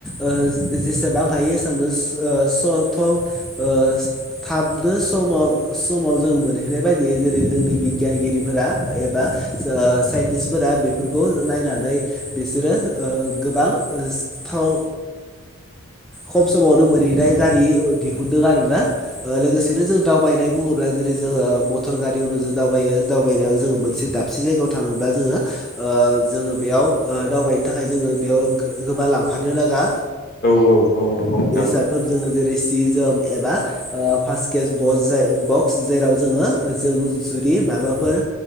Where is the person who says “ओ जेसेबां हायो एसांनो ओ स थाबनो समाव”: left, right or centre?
Centre